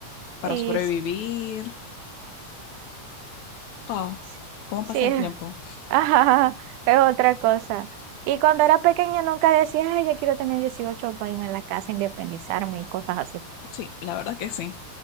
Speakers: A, on the left; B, on the right.
A: para
B: Sí,
A: sobrevivir.
B: s-
A: Wow,
B: s-
A: ¿cómo
B: sí,
A: pasa el
B: <laughs>
A: tiempo?
B: ajá, es otra cosa. Y cuando era pequeña nunca decía, ay, yo quiero tener 18 para irme a la casa, independizarme y cosas así.
A: Sí, la verdad que sí.